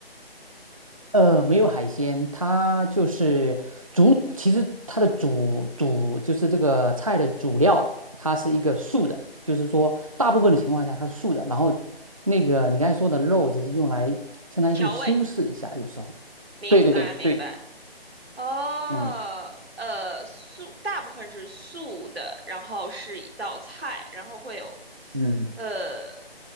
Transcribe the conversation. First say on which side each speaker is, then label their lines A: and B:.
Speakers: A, on the right; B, on the right.
A: 呃，没有海鲜，它就是主，其实它的主主就是这个菜的主料，它是一个素的，就是说大部分的情况下它是素的。然后那个你刚才说的肉，只是用来相当于就修饰一下，
B: 调味，
A: 有时候。
B: 明白明白。
A: 对对对对，
B: 哦，
A: 嗯
B: 呃，素大部分是素的，然后是一道菜，然后会有，
A: 嗯，
B: 呃，